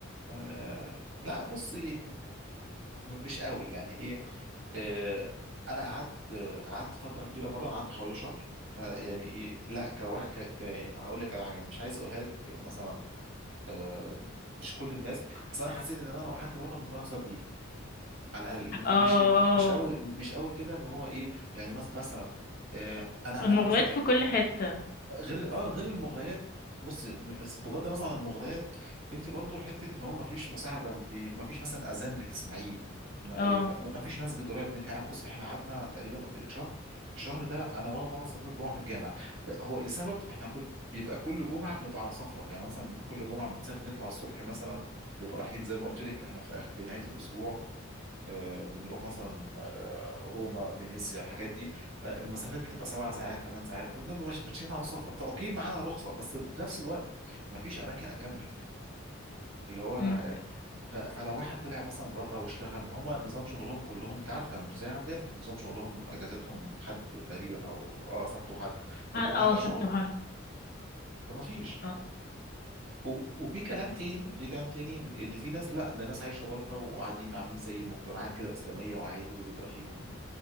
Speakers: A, on the right; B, on the left.
A: آه، لا بص مش قوي يعني ايه آه، انا قعدت قعدت فتره كبيره بره انا قعدت حوالي شهر فيعني ايه لا كواحد ك... ك... هقول لك على حاجه مش عايز اقولها لك مثلا آه، مش كل الناس بس انا حسيت ان انا لو قعدت بره ممكن اخسر ديني على الاقل
B: اه
A: م-
B: اه
A: مش مش قوي مش قوي كده اللي هو ايه يعني مس... مثلا آه، انا
B: المغريات
A: انا مثلا
B: في كل حته
A: غير اه غير المغريات بصي بغض النظر عن المغريات انت برضو حته اللي هو ما فيش مساعده انت ما فيش مثلا اذان بتسمعيه ما
B: اه
A: إيه، ما- ما فيش مسجد قريب من يعني بص احنا قعدنا تقريبا قلت لك شهر الشهر ده انا ولا مره صليت الجمعه في الجامع ب- هو لسبب احنا كل بيبقى كل جمعه بنبقى على سفر يعني مثلا كل جمعه بنسافر نطلع الصبح مثلا بيبقى رايحين زي ما قلت لك احنا في اخر في نهايه الاسبوع آه، بنروح مثلا آه، روما فينيسيا الحاجات دي فالمسافات بتبقى سبع ساعات ثمان ساعات فبنبقى ماش- ماشيين على سفر فاوكي معانا رخصه بس في نفس الوقت مفيش اماكن جنبك اللي هو يعني
B: امم
A: ف- فلو واحد طلع مثلا بره واشتغل ما هم نظام شغلهم كلهم انت عارفه مش زي عندنا نظام شغلهم اجازتهم حد تقريبا او اه سبت وحد فالجمعه
B: اه
A: ده شغل
B: سبت وحد
A: فما فيش
B: اه
A: و- وفي كلام تاني في كلام تاني ان إن في ناس لا ده ناس عايشه بره وقاعدين عاملين زي مجتمعات كده اسلاميه وعادي وبيبقى فيهم